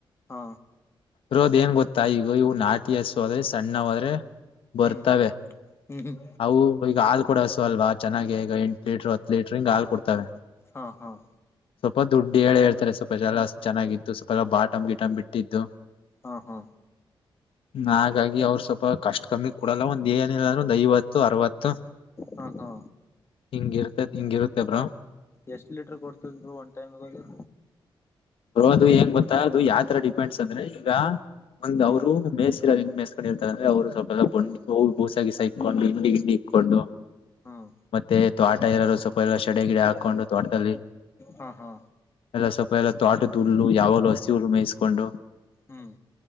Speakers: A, on the left; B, on the left.
A: ಹಾ
B: ರೋದ್ ಏನ್ ಗೊತ್ತಾ ಈಗ ಇವು ನಾಟಿ ಹಸುದ್ರೆ ಸಣ್ಣಾದ್ರೆ
A: ಹ್ಮ್
B: ಬರ್ತವೆ
A: ಹ್ಮ್
B: ಅವು ಈಗ ಹಾಲ್ ಕೊಡಸು ಅಲ್ವಾ ಚೆನ್ನಾಗಿ ಈಗ ಎಂಟು ಲೀಟ್ರ ಹತ್ ಲೀಟ್ರ ಹಿಂಗ್ ಹಾಲ್ ಕೊಡ್ತವೆ
A: ಹಾಂ ಹಾಂ
B: ಸ್ವಲ್ಪ ದುಡ್ಡಿ ಹೇಳಿ ಹೇಳ್ತಾರೆ ಸ್ವಲ್ಪ ಜಲ ಚೆನ್ನಾಗಿತ್ತು ಸ್ವಪ ಎ ಬಾಟಮ್ ಗೀಟಮ್ ಬಿಟ್ಟಿದ್ದು
A: ಹಾ ಹಾ
B: ಹಾಗಾಗಿ ಅವ್ರರು ಸ್ವಲ್ಪ ಕಷ್ಟ ಕಮ್ಮಿ ಕೊಡಲ್ಲ ಒಂದ ಏನಿಲ್ಲ್ರ ಒ ಐವತ್ತು ಅರವತ್ತು
A: ಹಾ ಹಾ
B: ಹಿಂಗಿರ್ತೈತ್ ಹಿಂಗಿರುತ್ತೆ ಬ್ರೋ
A: ಎಷ್ಟ್ ಲೀಟರ್ ಕೊಡ್ತದ್ ಬ ಒನ್ ಟೈಮ್ಗದು
B: ಬ್ರೋ ಅದು ಹೆಂಗ್ ಗೊತ್ತಾ ಅದು ಯಾವ ತರ ಡಿಪೆಂಡ್ಸ್ ಅಂದ್ರೆ ಈಗ ಒಂದ್
A: ಹ್ಮ್
B: ಅವ್ರು ಮೇಸ ಮಸ್ಕೊಂಡಿರ್ತ ಅಂದ್ರ ಅವರು ಸ್ವಲ್ಪಲ್ಲ ಬ ಹ ಬೂಸಗಿಸ ಇಕ್ಕೊಂಡುಿಂಡಿ ಗಿಂಡಿ ಇಕ್ಕೊಂಡು
A: ಹ್ಮ್
B: ಮತ್ತೆ ತೋಟ ಎಲ್ಲಾದಾರೂ ಸ್ವಲ್ಪ ಎಲ್ಲ ಸಡ ಗಿಡ ಹಾಕೊಂಡು ತೋಟದಲ್ಲಿ
A: ಹಾ ಹಾ
B: ಎಲ್ಲ ಸ್ವಲ್ಪ ಎಲ್ಲ ತೋಟ ಹುಲ್ಲು ಯಾವದು ಹುಲ್ಲು ಮೇಯಿಸಕೊಂಡು
A: ಹ್ಮ್